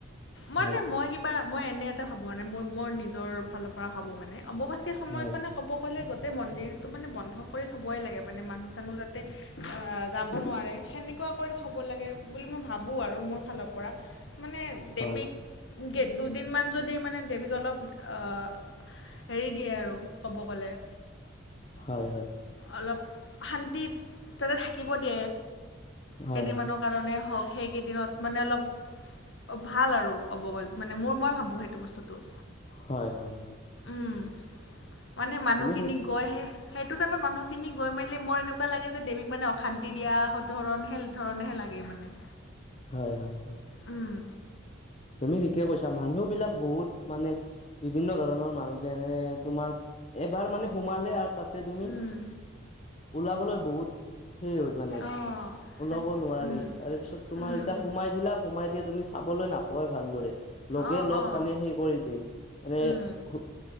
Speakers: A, on the left; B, on the left.
A: মানে
B: হয়
A: মই কিবা মই এনে এটা ভাবো মানে মোৰ মোৰ নিজ- ৰ ফালৰ পৰা ভাবো মানে অম্বুবাচীৰ সময়ত
B: হয়,
A: মানে। ক'ব গ'লে গোটেই মন্দিৰটো মানে বন্ধ কৰি থ'বই লাগে মানে মানুহ চানুহ যাতে- অ' যাব নোৱাৰে সেনেকুৱা কৰি থব লাগে বুলি মই ভাবো- ভাবোঁ আৰু মোৰ ফালৰ পৰা মানে দেৱীক-
B: হয়,
A: দুদিনমান যদি মানে দেৱীক অলপ -অ'। হেৰি দিয়ে আৰু ক'ব গ'লে।
B: হয় হয়।
A: অলপ শান্তিত যাতে থাকিব দিয়ে,
B: হয়,
A: কেইদিনমানক-
B: হয়,
A: কাৰণেই হওক সেইকেইদিনত মানে অলপ- অ' ভাল আৰু ক'ব গ'লে মানে মোৰ মই ভাবোঁ সেইটো বস্তুটো।
B: হয় হয়।
A: উম মানে মানুহখিনিক
B: তুমি ঠিক
A: গৈহে। সেইটো টাইমত মানুহখিনি গৈ মেলি মোৰ এনেকুৱা লাগে যে দেৱীক মানে অশান্তি দিয়া ধৰণ হেল- ধৰণহে লাগে মানে।
B: হয় হয়।
A: উম।
B: তুমি ঠিকে কৈছা মানুহ বিলাক বহুত মানে। বিভিন্ন ধৰণৰ মানুহ যেনে -তোমাৰ এবাৰ মানে। সোমালে আৰু তাতে তুমি,
A: উম
B: ওলাবলৈ বহুত। সেই হয় মানে,
A: অঁ
B: ওলাব নোৱাৰি
A: উম
B: তাৰ পিছত তোমাৰ
A: উম
B: এতিয়া
A: উম
B: সোমাই দিলা সোমাই দিয়ে তুমি- চাবলৈ নাপোৱায় ভালদৰে লগে
A: অঁ
B: লগ,
A: অঁ
B: মানে সেই কৰি দেই মানে-
A: উম